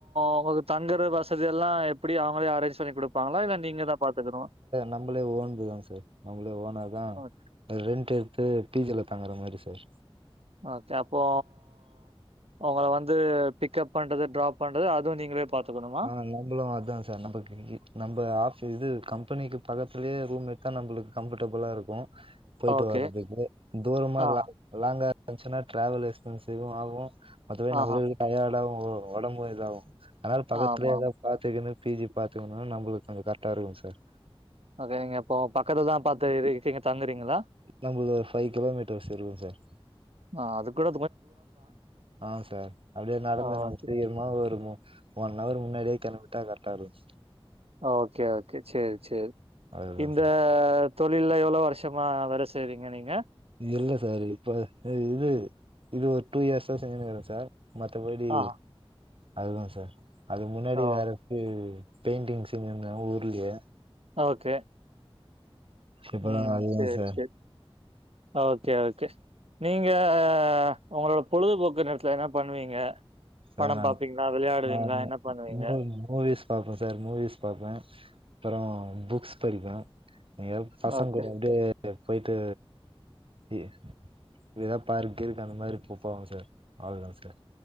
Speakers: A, on the right; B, on the right.
A: ஒங்கள்க்கு தங்குற வசதி எல்லா எப் எப்புடி அவுங்களே அரேஞ்ச் பண்ணி குடுப்பாங்களா இல்ல நீங்க தா பாத்துக்கனுமா
B: நம்மளே ஓன் இதுதா சார் நம்மளே ஓனா தா
A: ஓகே,
B: ரெண்ட் எடுத்து பி ஜில தங்குற மாரி சார்
A: ஓகே அப்போ உங்கல வந்து பிக்கப் பண்றது ட்ரப் பண்றது அதுவு நீங்களே பாத்துக்குணுமா
B: இவுங்களோ அதா சார் நம்புளுக் இங்கயே நம்ப ஆஃபீ இது கம்பெனிக்கு பக்கத்துலயே ரூம் எத்தா நம்புளுக் கம்ஃபர்டபுளா இருக்கோ போயிட்டு
A: ஓகே.
B: வர்றதுக்கு தூரமா
A: ஆ,
B: லா லாங்கா இருந்துச்சுன்னா ட்ராவல் எக்ஸ்பென்ஸீவோ ஆகோ மத்தபடி நம்முளுக்
A: ஆஹா.
B: டயர்டாவு ஒடம்போ இதாவு ஆனா பக்கத்துல
A: ஆமாமா.
B: எதா பாத்துக்குணு பி ஜி பாத்துக்குனா நம்முளுக்கு கொ்ஞ்சோ கரெக்டா இருக்கோ சார்
A: ஓகே நீங்க இப்போ பக்கத்துலதா பாத்து இரு இருக்கீங்க தங்குறீங்களா
B: நம்முள்து ஒரு ஃபைவ் கிலோமீட்டர்ஸ் இருக்கு சார்
A: அ அதுக்கூட
B: அ சார் அப்டியே நடந்து
A: ஆ,
B: நம்ம
A: ஓகே.
B: ஃப்ரீ யெல்ப் மா இருக்கு ஒன் அவர் முன்னாடியே கெளம்பிட்டா கரெக்டா இருக்
A: ஓகே ஓகே செரி செரி
B: அதுதா
A: இந்த
B: சார்
A: தொழில்ல எவ்ளோ வருஷமா வேல செய்றீங்க நீங்க
B: இல்ல சார் இப்போ இது இது ஒரு டூ இயர்ஸா செஞ்சினு இருக்க சார் மத்தபடி
A: ஆ
B: அதுதா சார் அதுக்கு முன்னாடி
A: ஓ
B: வேற இது பெயிண்டிங் செஞ்சிருந்தே ஊர்லயே
A: ஓகே
B: இப்பதா
A: ம்
B: அதிகோ
A: சேரி
B: சார்
A: சேரி ஓகே ஓகே நீங்க உங்களோட பொழுதுபோக்கு நேரத்துல என்ன பண்ணுவீங்க
B: சார்
A: படம்
B: நான்
A: பாப்பீங்களா விளையாடுவீங்களா
B: நா
A: என்ன பண்ணுவீங்க
B: மூ மூவிஸ் பாப்ப சார் மூவிஸ் பாப்ப அப்புறோ புக்ஸ் படிப்ப எங்கயாது பசங்க
A: ஓகே
B: கூடயே போயிட்டு எ எதா பார்க் கீர்க் அந்த மாரி போ போவ சார் அவ்ளோ தாங்க சார்